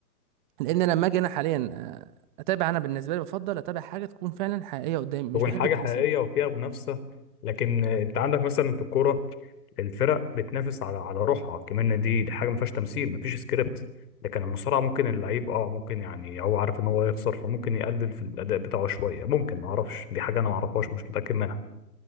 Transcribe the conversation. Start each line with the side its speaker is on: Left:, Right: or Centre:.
Right: لان انا لما اجي انا حاليا آه، اتابع انا بالنسبه لي بفضل اتابع حاجه تكون فعلا حقيقيه قدامي مش
Left: تكون
Right: بحب
Left: حاجة
Right: التمثيل
Left: حقيقية وفيها منافسة لكن آه، انت عندك مثلا في الكورة الفرق بتنافس على على روحها كمان دي دي حاجة ما فيهاش تمثيل ما فيش سكريبت لكن المصارعة ممكن اللعيب اه ممكن يعني هو عارف ان هو يخسر فممكن يقلل في الأداء بتاعه شوية ممكن ما اعرفش دي حاجة انا ما اعرفهاش مش متأكد منها